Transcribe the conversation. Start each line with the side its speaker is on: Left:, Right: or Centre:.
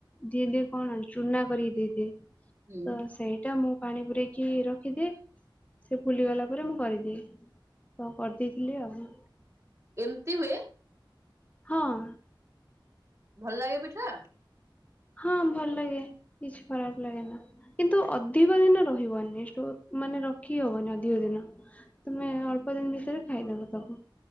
Left: ଦିଏ ଦିଏ କଣ ଚୁନା କରିକି ଦେଇ ହି
Right: ହୁଁ
Left: ତ ସେଇଟା ମୁଁ ପାଣି ପୁରେଇକି ରଖିଦିଏ ସେ ଫୁଲିଗଲା ପରେ ମୁଁ କରିଦିଏ। ତ କରଦେଇଥିଲି ଆଉଁ।
Right: ଏମତି ହୁଏ?
Left: ହଁ।
Right: ଭଲ ଲାଗେ ପିଠା?
Left: ହଁ ଭଲ ଲାଗେ କିଛି ଖରାପ ଲାଗେ ନା। କିନ୍ତୁ ଅଧିକ ଦିନ ରହିବନି ଷ୍ଟୋର ମାନେ ରଖି ହବନି ଅଧିକ ଦିନ। ତୁମେ
Right: ହୁଁ,
Left: ଅଳ୍ପ ଦିନି ଭିତରେ ଖାଇଦେବ ତାକୁ।